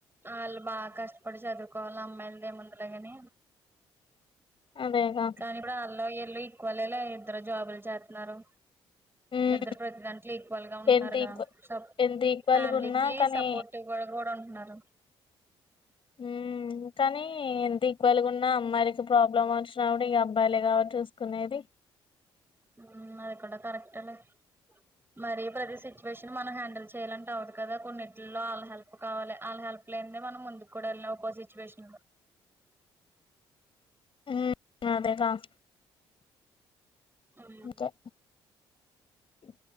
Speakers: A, on the right; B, on the left.
A: అళ్ళు బా కస్ట్ పడి చదువుకోవాల అమ్మాయిల్ దేముందులోగని
B: అదేగా
A: కానీ ఇప్ డు అళ్ళు ఇళ్ళు ఈక్ వాలేలే ఇద్దరు జాబ్ ల్ చాత్ న్నారు
B: ఉమ్
A: ఇద్దర్ ప్రత్ దాంట్లో ఈక్వల్ గా ఉట్
B: ఎంత
A: నారుగా
B: ఈక్వ
A: సబ్
B: ఎంత ఈక్వల్గా
A: ఫ్యామిలీకి
B: ఉన్నా కానీ
A: సపోర్టివ్ గూడా గూడా ఉంట్ న్నారు
B: ఉ కానీ ఎంత ఈక్వల్ గా ఉన్నా అమ్మాయిలకి ప్రాబ్లం వచ్చినప్పుడు ఇగ కఅబ్బాయిలే కాబట్టి చూసుకునేది
A: హు అది కూడా కరక్ట్ లే మరీ ప్రతి సిచువేషన్ మనం హ్యాండిల్ చేయాలంట అవదు కదా కొన్నింటిల్లో వాళ్ళ హెల్ప్ కావాలి వాళ్ళ హెల్ప్ లేనిదే మనం ముందు కూడా ఎల్లని ఒక సిచ్యువేషన్
B: హు అదేకాగ
A: మ్మ్
B: అంతే <inaudible>